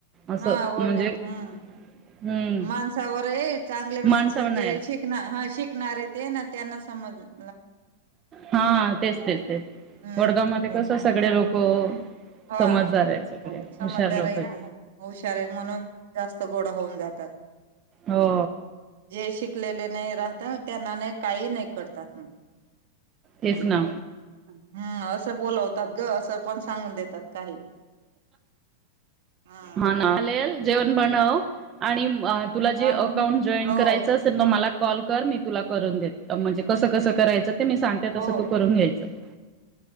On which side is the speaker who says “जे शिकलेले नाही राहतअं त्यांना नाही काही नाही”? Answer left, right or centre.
Right